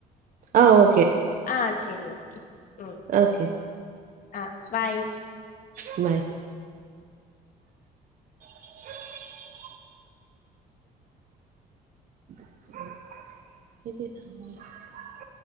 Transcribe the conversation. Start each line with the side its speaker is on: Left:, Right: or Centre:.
Right: ஆ ஓ
Left: ஆ சேரி ஓகே ம்
Right: ஓகே
Left: ஆ பாய் <inaudible>
Right: பாய் <inaudible> <inaudible>